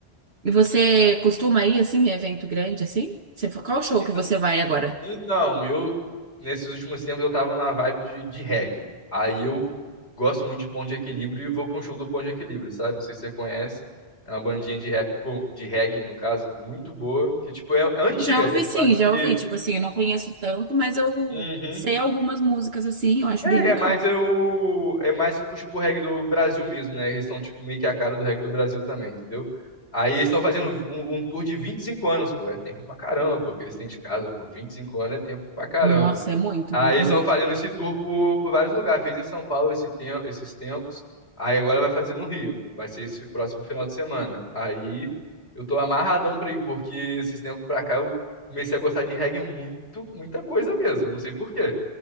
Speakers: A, on the right (about 70°); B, on the left (about 85°).
A: E você costuma ir assim, em evento grande assim? Você, qual show
B: Ent-
A: que você vai agora?
B: Então, eu, nesses últimos tempos, eu tava na vibe de, de reggae. Aí eu gosto muito de Ponto de Equilíbrio e vou pra um show do Ponto de Equilíbrio, sabe? Não sei se você conhece. É uma bandinha de rap, pô, de reggae, no caso, muito boa. Que, tipo, é, é antiga.
A: Já ouvi
B: É, tipo,
A: sim,
B: acho
A: já
B: que...
A: ouvi. Tipo assim, eu não conheço tanto, mas eu
B: Uhum.
A: sei algumas músicas assim, eu acho
B: É,
A: bem legal.
B: é mais eu. É mais que puxa pro reggae do Brasil mesmo, né? Eles são, tipo, meio que a cara do reggae do Brasil também, entendeu? Aí eles estão fazendo um, um tour de 25 anos, pô. É tempo pra caramba, pô, que eles têm de casa, pô. vinte e cinco anos é tempo pra caramba.
A: Nossa, é muito,
B: Aí
A: muito,
B: eles
A: muito.
B: estão fazendo esse tour por, por vários lugares. Fez em São Paulo esse tem- esses tempos. Aí agora vai fazer no Rio. Vai ser esse próximo final de semana. Aí eu tô amarradão pra ir, porque esses tempos pra cá eu comecei a gostar de reggae muito, muita coisa mesmo. eu Não sei por quê.